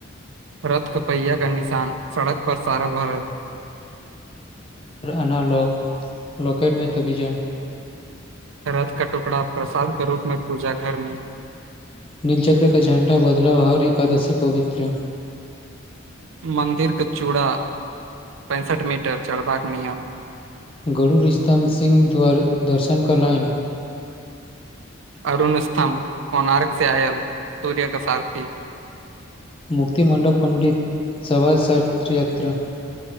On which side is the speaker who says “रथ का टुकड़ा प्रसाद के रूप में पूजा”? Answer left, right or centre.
Right